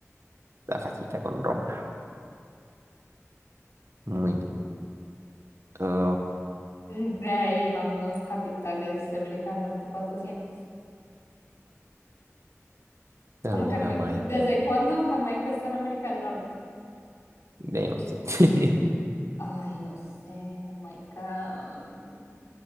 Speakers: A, on the right; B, on the left.
A: la facilita con Roma. Muy bien. Ok.
B: Mm, De ahí vamos, capitales de América del Norte 400.
A: Tal
B: ¿Cómo
A: de
B: que me-
A: Jamaica.
B: desde cuándo Jamaica está en América del Norte?
A: De ahí no sé. <laughs>
B: Ay, no sé, Jamaica, mm,